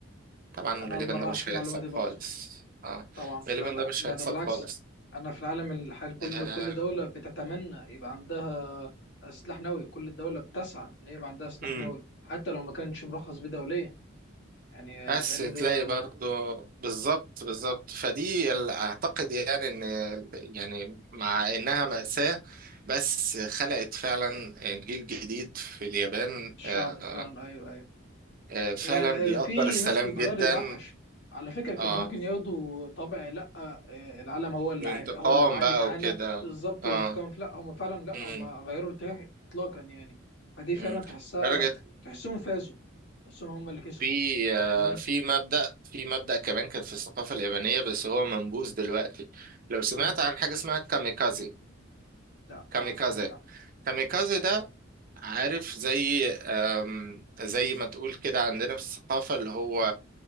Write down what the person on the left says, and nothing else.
انا
اول مره
اعرف
المعلومه
دي برضك
طبعا
لا لا
احنا
ده بالعكس
انا في العالم الحالي كل
كل دوله بتتمنى يبقى عندها سلاح نووي كل الدوله بتسعى ان يبقى عندها سلاح
نووي حتى لو ما كانش مرخص بيه دوليا يعني آه،
لان
ده
الشعب
فعلا ايوه ايوه
آه،
آه، في
ناس بتغير
الاوحش على فكره كان
ممكن ياخدوا طبع لا آه، العالم هو اللي
عا- هو اللي معادي
معانا
بالظبط
وانتقام لا هم فعلا لا
هم غيروا الاتجاه اطلاقا يعني فدي
فعلا تحسها
تحسهم فازوا تحسهم هم اللي كسبوا
فاهمني
ايه
لا ما
سمعتش عنه